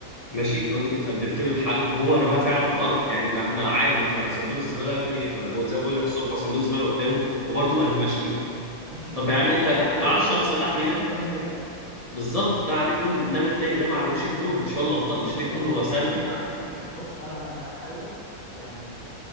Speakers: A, on the left; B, on the right.
A: ماشي لو انت كنت قدمت له الحل وهو رماها فعلا في الارض يعني ما احنا عادي ما احنا صندوق الزباله يا ابني ما انا بقول- زي ما بقول لك الصبح هو صندوق الزباله قدامه وبرضه ما رماش فيه
B: ماشي
A: طب
B: ده
A: يا
B: بقى
A: عم انت
B: ده عليه
A: ده على
B: اللوم
A: الشخص
B: حر-
A: ده تحديدا
B: 100% بقى
A: بالظبط ده عليه اللوم انما التاني ده ما عليهوش اللوم مش هو اللي
B: ماشي
A: غلطان مش هتيجي
B: ماشي
A: تقول له هو سلبي
B: يا عم يا عم تمام بص انا انا هحاول يعني